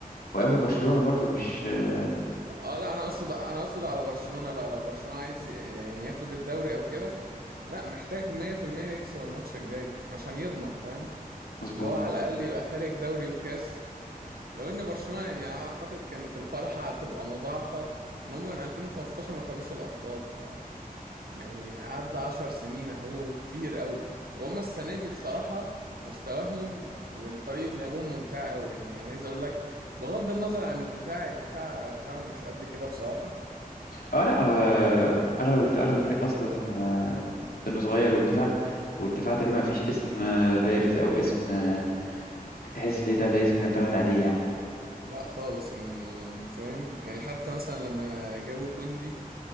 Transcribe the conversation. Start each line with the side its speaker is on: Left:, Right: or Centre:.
Left: وهيقابل برشلونة برضو مش آه،
Right: اه لا انا اقصد انا اقصد على برشلونة بقى لو برشلونة عايز ي- يعني ياخد الدوري او كده لا محتاج 100% يكسب الماتش الجاي عشان يضمن فاهم
Left: مظبوط
Right: اللي هو على الاقل يبقى خارج دوري وكاس لو ان برشلونة يعني اعتقد كانت الفرحة هتبقى مضاعفة ان هم من 2015 ما خدوش الابطال يعني عدى عشر سنين اهو كتير قوي وهم السنة دي بصراحة مستواهم وطريقة لعبهم ممتعة قوي يعني أنا عايز اقول لك بغض النظر عن الدفاع الدفاع بتاعهم مش قد كده بصراحة
Left: اه لا هو اغلب اغلب الفريق اصلا آه،
Right: مم.
Left: سنه صغير والدفاع والدفاع تقريبا ما فيش اسم آه، بارز او اسم آه، تحس ليه ده ده اسم يعتمد عليه يعني
Right: لا خالص يعني يعني فاهم يعني حتى مثلا لما جابوا كوندي